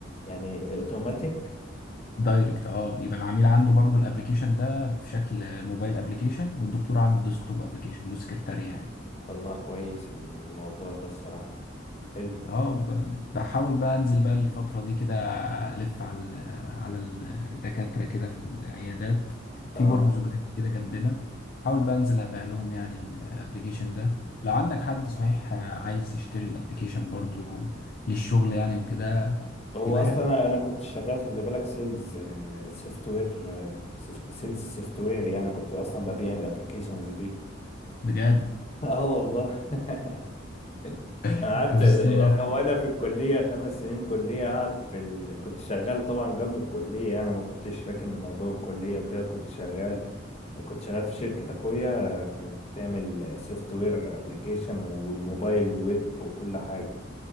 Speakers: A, on the left; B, on the left.
A: يعني اوتوماتيك
B: دايركت اه يبقى العميل عنده برضو الابليكيشن ده في شكل موبايل ابليكيشن والدكتور عنده ديسكتوب ابليكيشن والسكرتارية يعني
A: والله كويس الموضوع ده الصراحة حلو
B: اه ب- بحاول بقى انزل بقى الفترة دي كده الف على ال- على الدكاترة كده في العيادات في
A: اه
B: برج زجاجي كده جنبنا حاول بقى انزل ابيع لهم يعني الابليكيشن ده لو عندك حد صحيح عايز يشتري الابليكيشن برضو للشغل يعني وكده
A: هو
B: يبقى
A: اصلا
B: حلو
A: انا كنت شغال خلي بالك سيلز سوفت وير سوفت سيلز سوفت وير يعني كنت اصلا ببيع الابلكيشنز دي
B: بجد
A: <laughs> اه والله <laughs>
B: <laughs>
A: انا قعدت
B: شوف
A: انا
B: الصدف
A: وانا في الكليه خمس سنين كليه قاعد في ال... كنت شغال طبعا جنب الكليه انا ما كنتش راكن موضوع الكليه وكده كنت شغال كنت شغال في شركه اخويا كانت بتعمل سوفت وير ابلكيشن وموبايل ويب وكل حاجه